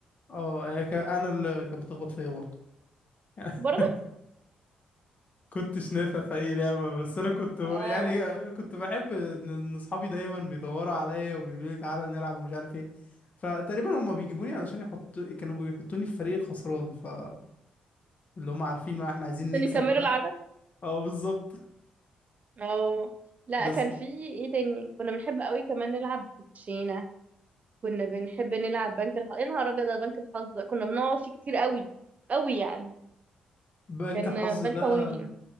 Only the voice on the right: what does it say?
برضه
اه
عشان
يكملوا
العدد
اه لا
كان في ايه تاني كنا بنحب قوي كمان نلعب كوتشينة كنا بنحب نلعب بنك الحظ يا نهار ابيض على بنك الحظ ده كنا بنقعد فيه كتير قوي قوي يعني
كان
بال
طويل